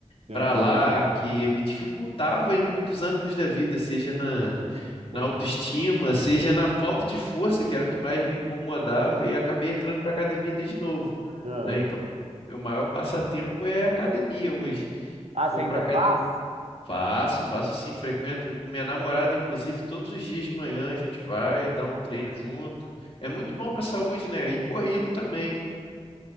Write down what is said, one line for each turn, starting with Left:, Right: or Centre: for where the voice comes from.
Right: Ah,
Left: para
Right: entendi.
Left: lá, que me dificultava em muitos âmbitos da vida, seja na,
Right: <laughs>
Left: na autoestima, seja na falta de força, que era o que mais me incomodava, e eu acabei entrando para a academia desde novo
Right: Ah,
Left: né? Então, meu maior passatempo é academia hoje.
Right: Ah,
Left: Vou
Right: você ainda
Left: para academia.
Right: faz?
Left: Faço, faço sim, frequento com minha namorada, inclusive, todos os dias de manhã a gente vai dar um treino junto. É muito bom para a saúde, né? E corrida também.